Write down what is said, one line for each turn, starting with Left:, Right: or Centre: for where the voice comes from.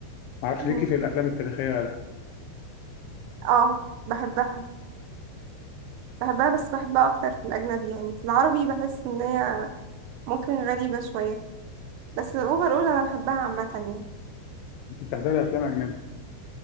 Left: ما أعرفش
Right: مم.
Left: ليكي في الأفلام التاريخية ولا لأ
Right: اه بحبها بحبها بس بحبها اكتر في الاجنبي يعني في العربي بحس ان هي ممكن غريبة شوية بس اوفر اول انا بحبها عامة يعني
Left: أنت بتحضري أفلام أجنبي